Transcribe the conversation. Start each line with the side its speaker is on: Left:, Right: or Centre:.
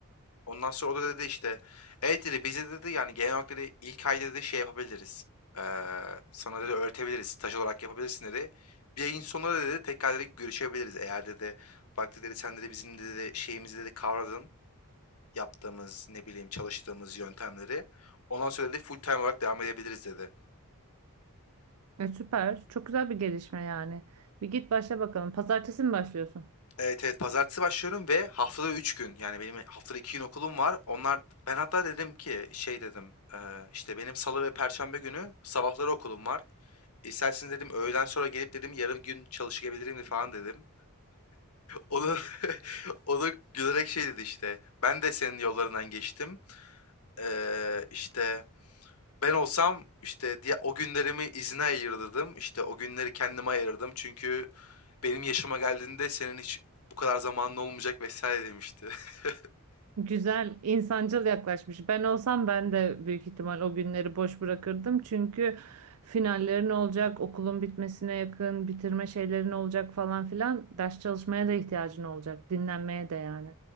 Left: Ondan sonra o da dedi işte evet dedi bize dedi yani genel olarak dedi ilk ay dedi şey yapabiliriz. Eee, sana dedi öğretebiliriz. Staj olarak yapabilirsin dedi. Bir ayın sonunda dedi tekrar dedi görüşebiliriz. Eğer dedi bak dedi sen dedi bizim dedi şeyimizi dedi kavradın. Yaptığımız ne bileyim çalıştığımız yöntemleri. Ondan sonra dedi full time olarak devam edebiliriz dedi.
Right: E, süper. Çok güzel bir gelişme yani. Bir git başla bakalım. Pazartesi mi başlıyorsun?
Left: Evet evet pazartesi başlıyorum ve haftada 3 gün yani benim haftada 2 gün okulum var. Onlar ben hatta dedim ki şey dedim eee, işte benim salı ve perşembe günü sabahları okulum var. İsterseniz dedim öğlen sonra gelip dedim yarım gün çalışabilirim falan dedim. O da, <laughs> o da gülerek şey dedi işte ben de senin yollarından geçtim. Eee işte ben olsam işte diye o günlerimi izne ayırırdım. İşte o günleri kendime ayırdım Çünkü benim yaşıma geldiğinde senin hiç bu kadar zamanın olmayacak vesaire demişti. <laughs>
Right: Güzel, insancıl yaklaşmış. Ben olsam ben de büyük ihtimal o günleri boş bırakırdım. Çünkü finallerin olacak, okulun bitmesine yakın, bitirme şeylerin olacak falan filan. Ders çalışmaya da ihtiyacın olacak, dinlenmeye de yani.